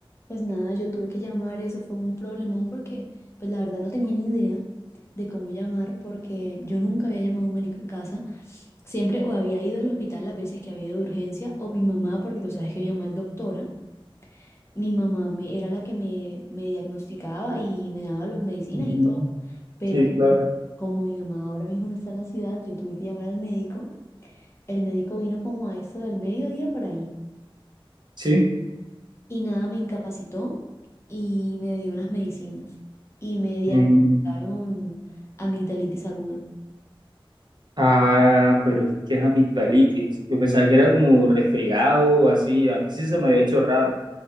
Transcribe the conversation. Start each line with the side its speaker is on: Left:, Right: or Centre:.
Left: pues nada, yo tuve que llamar, eso fue un problemón porque pues la verdad no tenía ni idea de cómo llamar porque yo nunca había llamado a un médico en casa. Siempre o había ido al hospital las veces que había ido de urgencia o mi mamá, porque tú sabes que mi mamá es doctora Mi mamá me, era la que me, me diagnosticaba y me daba las medicinas
Right: Ujú,
Left: y todo. Pero
Right: Sí,
Left: como
Right: claro.
Left: como mi mamá ahora mismo no está en la ciudad, yo tuve que llamar al médico. El médico vino como a eso del mediodía por ahí.
Right: Sí.
Left: Y nada, me incapacitó y me dio unas medicinas. Y me diagnosticaron
Right: Mm,
Left: amigdalitis aguda.
Right: Ah, pero es que es amigdalitis. Yo pensaba que era como resfriado, así. A mí sí se me había hecho raro.